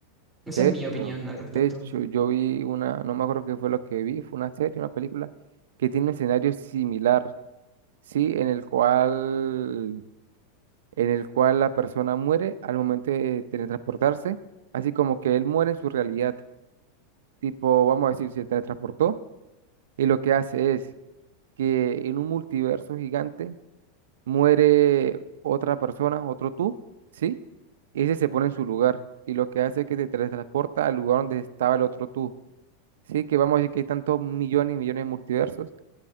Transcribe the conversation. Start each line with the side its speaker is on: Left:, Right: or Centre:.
Centre: Esa
Right: De
Centre: es mi
Right: hecho,
Centre: opinión al respecto.
Right: de hecho, yo vi una, no me acuerdo qué fue lo que vi, fue una serie, una película que tiene un escenario similar, sí, en el cual, en el cual la persona muere al momento de teletransportarse, así como que él muere en su realidad, tipo, vamos a decir, se teletransportó y lo que hace es que en un multiverso gigante muere otra persona, otro tú, sí, y ese se pone en su lugar y lo que hace es que te teletransporta al lugar donde estaba el otro tú. Sí, que vamos a decir que hay tantos millones y millones de multiversos